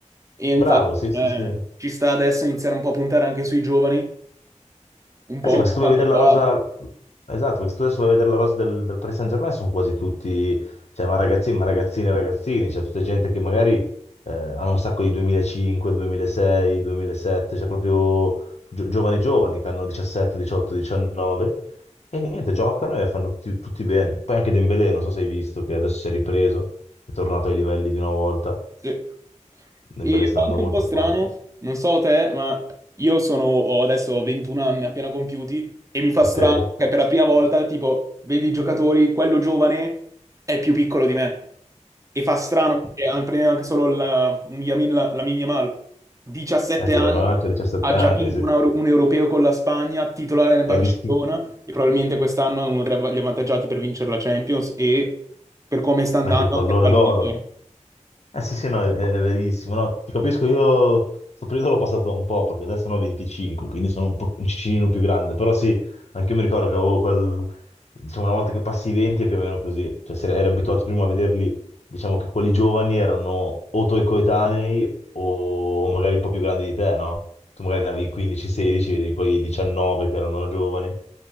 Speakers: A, on the right; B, on the left.
A: E
B: Bravo,
A: infatti
B: sì,
A: eh,
B: sì, sì.
A: ci sta adesso iniziare un po' a puntare anche sui giovani, un po'
B: Eh sì, perché se
A: come
B: tu vai
A: ha
B: a vedere
A: fatto il
B: la
A: Barça.
B: rosa, esatto, perché se tu adesso vai a vedere la rosa del, del Paris Saint-Germain sono quasi tutti, cioè, ma ragazzini, ma ragazzini, e ragazzini, cioè, tutta gente che magari eh, hanno un sacco di 2005, 2006, 2007, cioè proprio gio- giovani giovani che hanno 17, 18, 19 e niente, giocano e fanno tutti, tutti bene. Poi anche Dembélé, non so se hai visto, che adesso si è ripreso, è tornato ai livelli di una volta,
A: Sì.
B: Dembélé
A: E
B: sta
A: fa
B: andando
A: anche un
B: molto
A: po' strano,
B: forte,
A: non so te, ma io sono, ho adesso 21 anni appena compiuti e mi fa
B: ok?
A: strano
B: Eh,
A: che per la prima volta, tipo, vedi i giocatori, quello giovane è più piccolo di me. E fa strano perché an- prendendo anche solo la, un Yamin, la, Lamine Yamal, 17
B: eh sì,
A: anni,
B: l'hai mandato a 17
A: ha già
B: anni,
A: vinto
B: sì.
A: un, euro- un europeo con la Spagna, titolare nel
B: È,
A: Barcellona
B: ris-
A: e probabilmente quest'anno è uno degli av- gli avvantaggiati per vincere la Champions e per come sta andando
B: Anche il pallone
A: anche il pallone
B: d'oro.
A: d'oro.
B: Eh sì, sì, no, è, è verissimo. No, ti capisco, io questo periodo l'ho passato un po', perché adesso ne ho 25, quindi sono un po' un cicinino più grande. Però sì, anche io mi ricordo che avevo quel... Diciamo, una volta che passi i 20 è più o meno così. Cioè, se eri abituato prima a vederli, diciamo che quelli giovani erano o tuoi coetanei o magari un po' più grandi di te, no? Tu magari ne avevi 15-16, vedevi quei 19 che erano giovani.